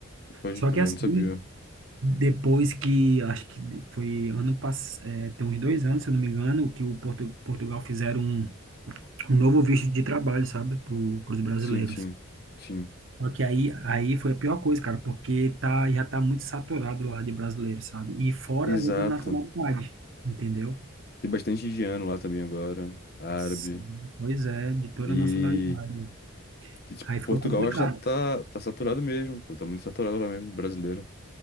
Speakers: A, on the left (about 50°); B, on the right (about 70°).
A: pode
B: Só
A: crer,
B: que assim,
A: eu não sabia.
B: depois que, acho que foi ano passado, é, tem uns dois anos, se eu não me engano, que o Portu- Portugal fizeram um, um novo visto de trabalho, sabe, para os brasileiros.
A: Sim, sim, sim.
B: Só que aí, aí foi a pior coisa, cara, porque tá, já tá muito saturado lá de brasileiro, sabe? E fora
A: Exato.
B: as outras nacionalidades, entendeu?
A: Tem bastante indiano lá também agora, árabe.
B: Sim, pois é, de toda
A: E,
B: a nacionalidade.
A: e, tipo,
B: Aí ficou
A: Portugal
B: complicado.
A: acho que já tá, tá saturado mesmo, pô, tá muito saturado lá mesmo, brasileiro.